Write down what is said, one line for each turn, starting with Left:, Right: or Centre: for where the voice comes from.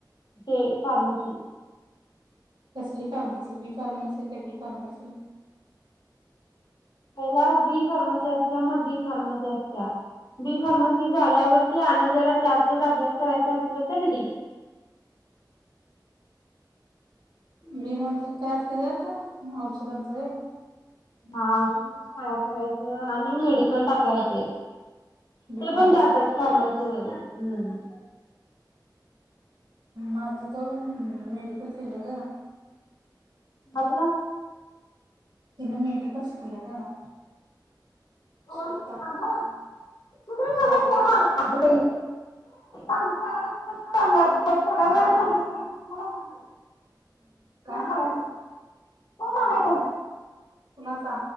Left: ते फारमासी
Right: कसली फार्मसी बी फार्मसी कधी फार्मसी
Left: पला बी फार्मसी असत्या मग डी फार्मसी असत्या बी फार्मसी झाल्यावरती आणि जरा त्यातच अभ्यास करायचा असल तर डी <inaudible>
Right: विी म्ह काय असते त्यात औषधांच
Left: ह औषधस साया करायचं आणि मेडिकल टाकायचे
Right: बी
Left: ते
Right: फार्मसी
Left: पण जहातात फार्मसी म हम्म
Right: माझी त मेडिकल फिल्ड ग
Left: मतल
Right: मेडिकल शिकलं हम्
Left: कोण
Right: श्रद्धा
Left: थांबा सुंदरे बाबू
Right: श्रधा
Left: फोन आलता अगं बाई आमचा आ प्रशन झाला थोड्या वेळामध्ये तर तुम्हाला फोन करते
Right: काय
Left: कोण आलात कोण आलात
Right: पुणाचा